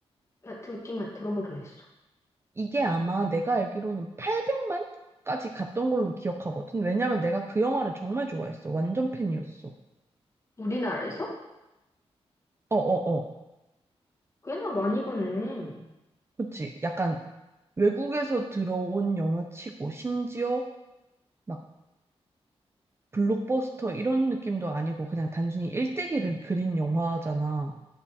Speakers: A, on the left (about 25°); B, on the right (about 25°).
A: 나 듣기만, 들어보기만 했어.
B: 이게 아마 내가 알기로는 800만까지 갔던 걸로 기억하거든. 왜냐면 내가 그 영화를 정말 좋아했어. 완전 팬이었어.
A: 우리나라에서?
B: 어어어.
A: 꽤나 많이 봤네.
B: 그치. 약간 외국에서 들어온 영화치고 심지어 막 블록버스터 이런 느낌도 아니고 그냥 단순히 일대기를 그린 영화잖아.